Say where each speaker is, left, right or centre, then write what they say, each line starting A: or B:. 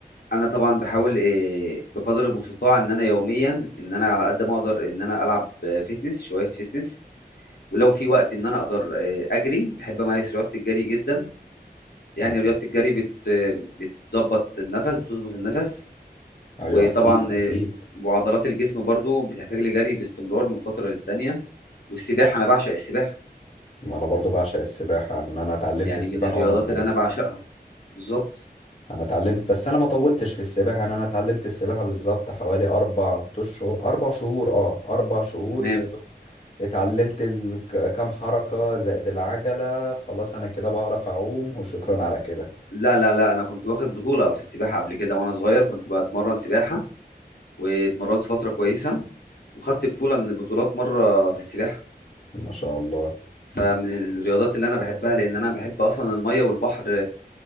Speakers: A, on the left (about 65°); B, on the left (about 40°).
A: انا طبعا بحاول إيه، بقدر المستطاع ان انا يوميا ان انا على قد ما اقدر ان انا العب آه، فيتنس شويه فيتنس ولو في وقت ان انا اقدر آه، اجري بحب امارس رياضه الجري جدا يعني
B: يعني
A: رياضه الجري بت آه، بتظبط النفس بتظبط النفس
B: ايوه
A: وطبعا
B: اكيد اكيد
A: آه، وعضلات الجسم برضو بتحتاج لجري باستمرار من فتره للتانيه والسباحه انا بعشق السباحه
B: ما انا برضو بعشق السباحه ان انا اتعلمت
A: يعني
B: السباحه
A: من الرياضات
B: وانا صغير
A: اللي انا بعشقها بالظبط
B: انا اتعلمت بس انا ما طولتش في السباحه انا انا اتعلمت السباحه بالظبط حوالي اربع اشهر اربع شهور اه اربع شهور
A: تمام
B: يا دوب اتعلمت ال- ك- كام حركه زائد العجله خلاص انا كده بعرف اعوم وشكرا على كده
A: لا لا لا انا كنت واخد بطوله في السباحه قبل كده وانا صغير كنت بتمرن سباحه واتمرنت فترة كويسة وخدت بطولة من البطولات مرة في السباحة
B: ما شاء الله
A: فمن الرياضات اللي أنا بحبها لأن أنا بحب أصلا المية والبحر